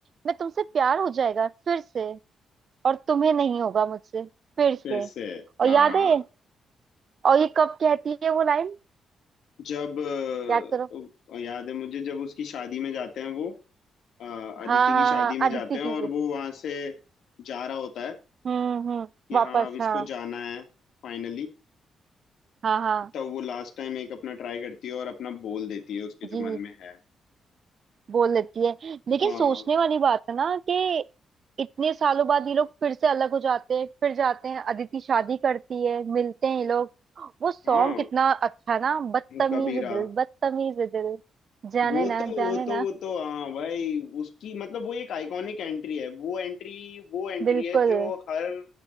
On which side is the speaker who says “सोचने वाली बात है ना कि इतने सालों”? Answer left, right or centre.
Right